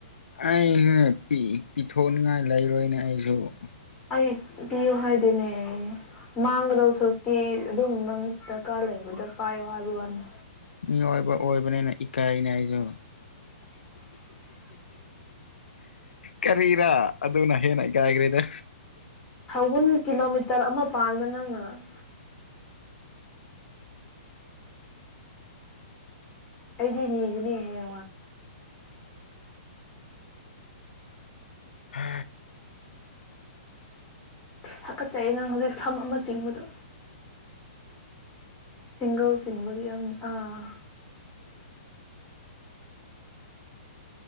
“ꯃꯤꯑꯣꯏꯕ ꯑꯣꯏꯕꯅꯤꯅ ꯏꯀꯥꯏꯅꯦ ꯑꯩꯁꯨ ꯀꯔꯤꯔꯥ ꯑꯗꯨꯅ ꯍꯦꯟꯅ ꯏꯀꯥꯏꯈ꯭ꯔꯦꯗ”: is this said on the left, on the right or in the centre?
Left